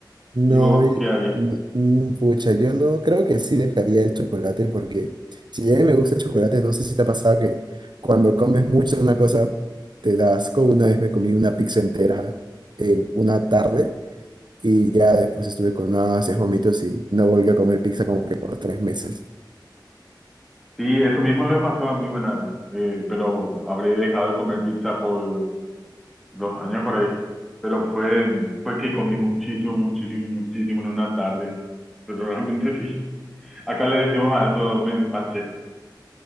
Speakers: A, on the right; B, in the centre.
A: No,
B: ¿Y vos
A: y-
B: qué harías?
A: mm, mm, pucha, yo no creo que sí dejaría el chocolate porque si bien me gusta el chocolate, no sé si te ha pasado que cuando comes mucho de una cosa te da asco. Una vez me comí una pizza entera en una tarde y ya después estuve con náuseas, vómitos y no volví a comer pizza como que por tres meses.
B: Sí, eso mismo me pasó a mí una vez, eh, pero habré dejado de comer pizza por dos años por ahí. Pero fue, fue que comí muchísimo, muchísimo, muchísimo en una tarde. Pero realmente <laughs> sí. Acá le decimos a eso, me empaché.